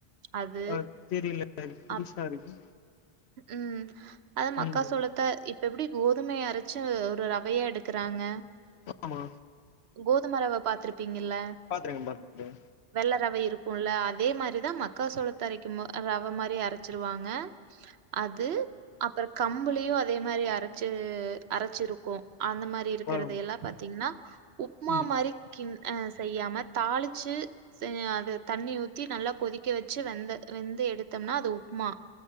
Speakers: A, on the right; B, on the left.
A: அது
B: அ தெரில இது புதுசா
A: அப்
B: இருக்கு
A: ம் அத மக்கா
B: ம்
A: சோளத்த இப்ப எப்டி கோதுமய அரச்சு ஒரு ரவய எடுக்கறாங்க
B: ஆமா
A: கோதும ரவ பாத்திருப் திங்கல்ல
B: பாத்துருக்கே பாத்துருக்கே
A: வெள்ள ரவ இருக் க்கும்ல அதே மாரிதா மக்கா சோளத்த அரைக்கு ம ரவ மாரி அரச்சிருவாங்க அது அப்பற கம்புளையு அதே மாரி அரச்சு அரச்சிருக்கு அந்த மாரி இருக்கறத
B: ஆ
A: எல்லா பாத்திங்னா <inaudible> உப்மா
B: ம்
A: மாரி கின் அ செய்யாம தாளிச்சி அது தண்ணி ஊத்தி நல்லா கொதிக்க வச்சு வெந்த வெந்து எடுத்தம்னா அது உப்மா